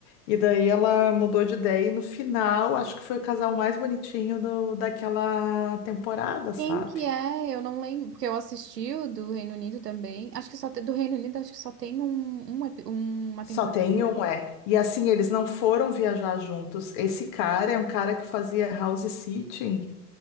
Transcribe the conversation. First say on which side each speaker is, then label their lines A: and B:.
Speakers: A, on the left; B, on the right.
A: E daí ela mudou de ideia e no final, acho que foi o casal mais bonitinho do, daquela temporada, sabe?
B: Quem que é? Eu não lembro, porque eu assisti o do Reino Unido também. Acho que só tem, do Reino Unido, acho que só tem um, um epi- uma
A: Só
B: temporada,
A: tem
B: né?
A: um, é. E assim, eles não foram viajar juntos. Esse cara é um cara que fazia house sitting.